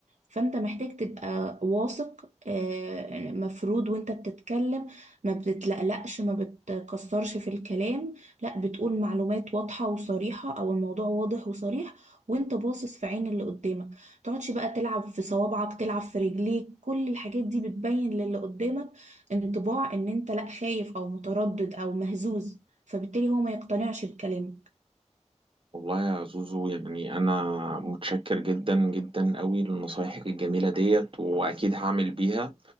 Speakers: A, on the right; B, on the right.
A: فانت محتاج تبقى واثق آه، مفروض وانت بتتكلم ما بتتلقلقش ما بتكسرش في الكلام لا بتقول معلومات واضحة وصريحة او الموضوع واضح وصريح وانت باصص في عين اللي قدامك تقعدش بقى تلعب في صوابعك تلعب في رجليك كل الحاجات دي بتبين للي قدامك انطباع ان انت لا خايف او متردد او مهزوز فبالتالي هو ما يقتنعش بكلامك
B: والله يا زوزو يعني انا متشكر جدا جدا قوي لنصايحك الجميلة ديت واكيد هعمل بيها